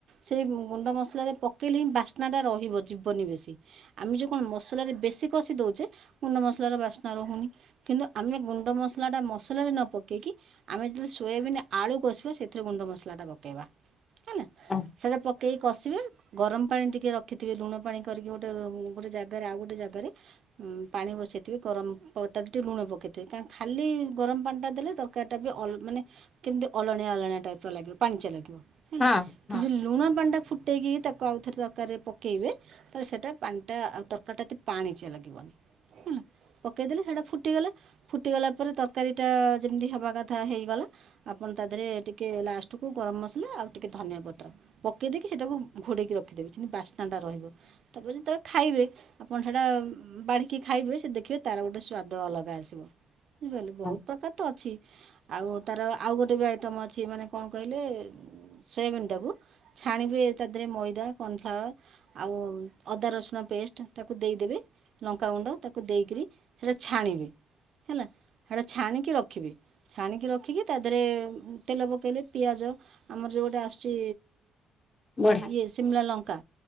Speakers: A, on the right; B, on the left.
A: ସେଇ ଗୁଣ୍ଡ ମସଲାରେ ପକେଇଲେ ହିଁ ବାସ୍ନା ଟା ରହିବ ଯିବନି ବେଶୀ। ଆମେ ଯୋଉ କଣ ମସଲାରେ ବେଶୀ କଷି ଦଉଚେ ଗୁଣ୍ଡ ମସଲାର ବାସ୍ନା ରହୁନି। କିନ୍ତୁ ଆମେ ଗୁଣ୍ଡ ମସଲାଟା ମସଲାରେ ନ ପକେଇକି ଆମେ ଯେତବେଳେ ସୋୟାବିନ ଆଳୁ କଷିବା ସେଥିରେ ଗୁଣ୍ଡ ମସଲାଟା ପକେଇବା। ହେଲା
B: ହଁ
A: ସେଇଟା ପକେଇକି କଷିବେ? ଗରମ ପାଣି ଟିକେ ରଖିଥିବେ ଲୁଣ ପାଣି କରିକି ଗୋଟେ ଗୋଟେ ଜାଗାରେ ଆଉ ଗୋଟେ ଜାଗାରେ। ପାଣି ବସାଇଥିବେ ଗରମ ତା ଦେହରେ ଟିକେ ଲୁଣ ପକାଇଥିବେ କା ଖାଲି ଗରମ ପାଣିଟା ଦେଲେ ତର ତରକାରୀଟା ବି ମାନେ କେମିତି ଅଲଣିଆ ଅଲଣିଆ ଟାଇପ ର ଲାଗିବ ପାଣିଚିଆ ଲାଗିବ।
B: ହଁ। ହଁ
A: ଯଉ ଲୁଣ ପାଣି ଟା ଫୁଟେଇକି ତାକୁ ଆଉ ଥରେ ତରକାରୀରେ ପକେଇବେ ତ ସେଟା ପାଣିଟା ଆଉ ତରକାରୀ ଟା ଏତେ ପାଣିଚିଆ ଲାଗିବନି। ହେଲା ପକେଇଦେଲେ ସେଇଟା ଫୁଟିଗଲା ଫୁଟିଗଲା ପରେ ତରକାରୀଟା ଯେମିତି ହେବା କଥା ହେଇଗଲା। ଆପଣ ତା ଦେହରେ ଟିକେ ଲାଷ୍ଟ କୁ ଗରମ ମସଲା ଆଉ ଟିକେ ଧନିଆପତ୍ର ପତ୍ର ପକେଇ ଦେଇକି ସେଟାକୁ ଘୋଡ଼େଇକି ରଖିଦେବେ କିମତି ବାସ୍ନାଟା ରହିବ। ତାପ ବୋଲେ ଖାଇବେ ଆପଣ ସେଟା ଆ ବାଢି କି ଖାଇବେ ସେ ଦେଖିବେ ତାର ଗୋଟେ ସ୍ଵାଦ ଅଲଗା ଆସିବ ବୁଝିପାରିଲେ
B: ହଁ
A: ବହୁତ ପ୍ରକାର ତ ଅଛି। ଆଉ ତାର ଆଉ ଗୋଟେ ବି ଆଇଟମ୍ ଅଛି ମାନେ କଣ କହିଲେ ସୋୟାବିନ୍ ଟାକୁ ଛାଣିବେ ତା ଧୀରେ ମଇଦା କର୍ଣ୍ନଫ୍ଲାୱାର୍ ଆଉ ଅଦା ରସୁଣ ପେଷ୍ଟ ତାକୁ ଦେଇଦେବେ? ଲଙ୍କାଗୁଣ୍ଡ ତାକୁ ଦେଇକରି ସେଇଟା ଛାଣିବେ ହେଲା ସେଇଟା ଛାଣିକି ରଖିବେ ଛାଣିକି ରଖିକି ତା ଦେହରେ ତେଲ ପକାଇଲେ ପିଆଜ ଆମର ଯେଉଁଟା ଆସୁଛି
B: ବଢିଆ
A: ଉଁ ଇଏ ଶିମଲା ଲଙ୍କା